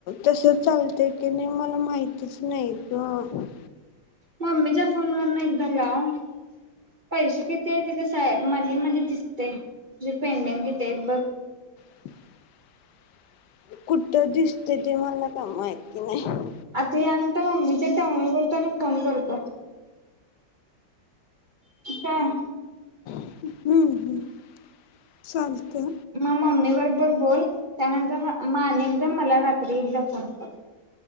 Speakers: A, on the left; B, on the right.
A: तस चालत की नाही मला माहतीच नाही ग.
B: मम्मीच्या फोन वरन एकदा लाव. पैसे किती आहे तिथे सा मनी मध्ये दिसतयं ते पेंडिंग किती आहेत बघ.
A: <inaudible> कुठं दिसत ते मला काय माहिती नाय
B: आता यानंतर मम्मीच्यात डाऊनलोड करतो आणि फोन करतो. काय
A: हम्म हम् चालतंय.
B: मग मम्मी बरोबर बोल त्यानंतर मग अनेकदा मला रात्री एकदा फोन कर.